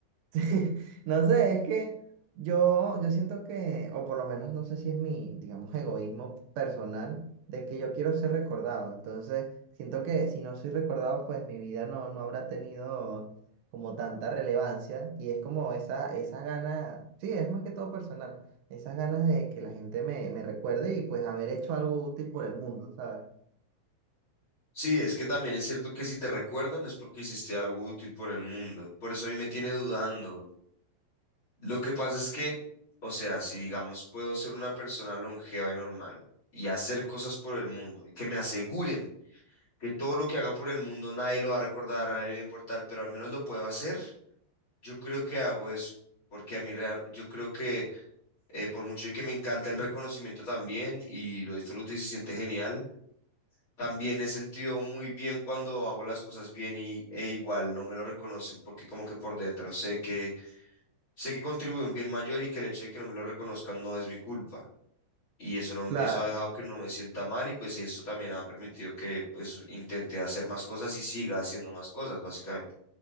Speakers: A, on the right; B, on the left.
A: <laughs> No sé, es que yo, yo siento que, o por lo menos no sé si es mi, digamos, egoísmo personal, de que yo quiero ser recordado. Entonces, siento que si no soy recordado, pues mi vida no, no habrá tenido como tanta relevancia. Y es como esa, esa gana, sí, es más que todo personal, esas ganas de que la gente me, me recuerde y pues haber hecho algo útil por el mundo, ¿sabes?
B: Sí, es que también es cierto que si te recuerdan es porque hiciste algo útil por el mundo. Por eso a mí me tiene dudando, Lo que pasa es que, o sea, si digamos puedo ser una persona longeva y normal y hacer cosas por el mundo y que me aseguren que todo lo que haga por el mundo nadie lo va a recordar, a nadie le va a importar, pero al menos lo puedo hacer, yo creo que hago eso. Porque a mí, real- yo creo que eh, por mucho de que me encanta el reconocimiento también y lo disfruto y se siente genial, también he sentido muy bien cuando hago las cosas bien y, e igual no me lo reconocen porque como que por dentro sé que Sé que contribuye un bien mayor y que el hecho de que no me lo reconozcan no es mi culpa. Y eso, no,
A: Claro.
B: eso ha dejado que no me sienta mal y pues eso también ha permitido que pues intente hacer más cosas y siga haciendo más cosas, básicamente.